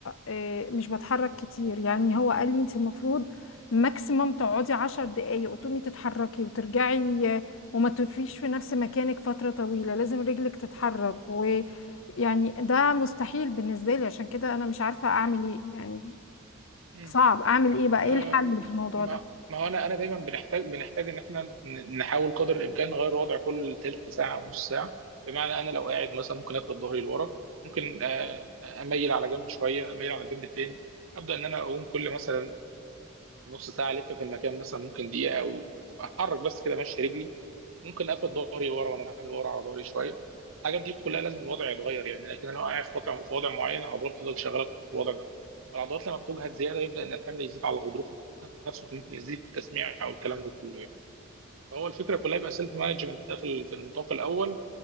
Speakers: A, on the left; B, on the right.
A: آه، مش بتحرك كتير يعني هو قال لي انت المفروض ماكسيموم تقعدي عشر دقايق وتقومي تتحركي وترجعي آه، وما تقفيش في نفس مكانك فترة طويلة لازم رجلك تتحرك ويعني ده مستحيل بالنسبة لي عشان كده انا مش عارفة اعمل ايه يعني
B: امم
A: صعب اعمل ايه بقى
B: أم،
A: ايه الحل في الموضوع
B: ما
A: ده
B: ما هو انا انا دايما بنحتاج بنحتاج ان احنا ن- نحاول قدر الامكان نغير وضع كل تلت ساعه او نص ساعه بمعنى انا لو قاعد مثلا ممكن افرد ظهري لورا ممكن آه، اميل على جنب شويه اميل على الجنب التاني ابدا ان انا اقوم كل مثلا نص ساعه الف في المكان مثلا ممكن دقيقه او احرك بس كده ماشي رجلي ممكن اقفل ظهري ورا وانا عامل ورا على ظهري شويه الحاجات دي كلها لازم الوضع يتغير يعني لكن انا لو قاعد في وضع في وضع معين العضلات بتفضل شغاله في الوضع ده فالعضلات لما بتجهد زياده يبدا ان الحمل يزيد على الغضروف نفسه ممكن يزيد التسميع او الكلام ده كله يعني فهو الفكره كلها يبقى سيلف مانجمنت ده في ال- في النطاق الاول